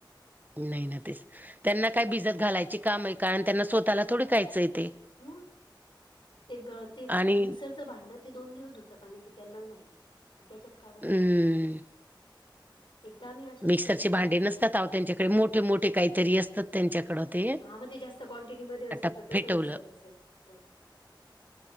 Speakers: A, on the right; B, on the left.
A: नाही ना तेच त्यांना काय
B: कशावरून
A: भिजत घालायची काम आहे कारण त्यांना स्वतःला थोडी काायचं येते
B: म ते ते
A: आणि
B: मिक्सर भांडत ते दोन दिवस धुतक आणि ते त्यांनाच माहिती त्याच्यात काढत
A: हम्म
B: असतील एकदा आम्ही असेच
A: मिक्सरचे
B: सहज गेलेलो
A: भांडे नसतात
B: होतो
A: त्यांच्याकडे मोठे मोठे काहीतरी असतात त्यांच्याकड ते
B: हा मग ते जास्त क्वांटिटीमध्येध्ये असेल
A: आता
B: तर तस
A: फेटवलं
B: मिक्सर असेलव